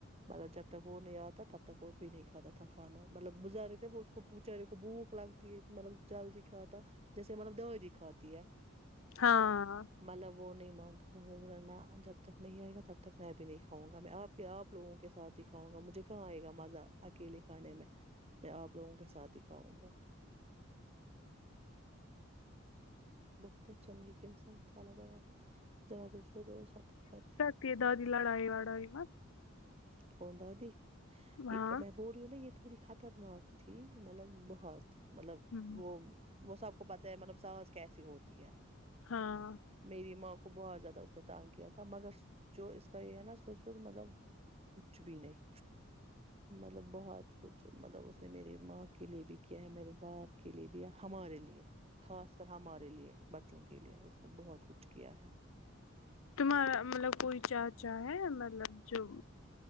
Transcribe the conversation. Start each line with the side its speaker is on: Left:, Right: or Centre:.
Right: مطلب جب تک وہ نہیں آتا تب تک وہ بھی نہیں کھاتا تھا کھانا مطلب بزرگے کو بیچارے کو بھوک لگ مطلب جلد ہی کھاتا جیسے مطلب دادی کھاتی ہے
Left: ہاں
Right: مطلا وہ نہیں مانتا تھا وہ بولا نہ جب تک نہیں آئے گا تب تک میں بھی نہیں کھاوں گا میں آپ کے آپ لوگوں کے ساتھ ہی کھاؤں گا مجھے کہاں آئے گا مزہ اکیلے کھانے میں آپ لوگوں کے ساتھ ہی کھاؤں گا بہت اچھا نیک انسان تھا اللہ تعالی جنت ال فردوس عطا کرے
Left: کہ دادی لڑائی وڑائی مت
Right: کون دادی
Left: ہاں
Right: ایک میں بول رہی ہوں نا یہ تھوڑی خطرناک تھی مطلب بہت مطلب
Left: ہوں
Right: وہ وہ سب کو پتا ہے مطلب ساس کیسی ہوتی ہے
Left: ہاں
Right: میری ماں کو بہت زیادہ اس نے تنگ کیا تھا مگر جو اس کا یہ ہے نا سسر مطلب کچھ بھی نہیں مطلب بہت کچھ مطلب اس نے میری ماں کے لیے بھی کیا ہے میرے باپ کے لیے بھی ہے ہمارے لیے خاص کر ہمارے لیے بچوں کے لیے اس نے بہت کچھ کیا ہے
Left: تمہارا مطلب کوئی چاچا ہے مطلب جو